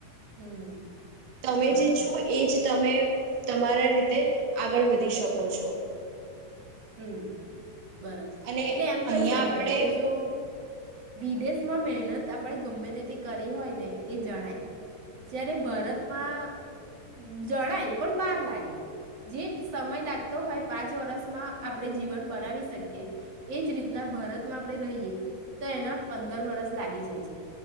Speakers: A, on the right; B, on the right.
A: હમ્મ,
B: તમે
A: બરાબર.
B: જે છો એ જ તમે તમારા રીતે આગળ વધી શકો છો.
A: હમ્મ. બરાબ
B: અને
A: એટલે એમ કહી
B: અહીંયા
A: શકાય
B: આપણે
A: કે જો વિદેશમાં મહેનત આપણે ગમે તેટલી કરી હોય ને એ જણાય. જ્યારે ભારતમાં જણાય પણ વાર લાગે. જે સમય લાગતો હોય પાંચ વરસમાં આપણે જીવન બનાવી શકીએ. એજ રીતના ભારતમાં આપણે રહીએ તો એના પંદર વરસ લાગી જાય છે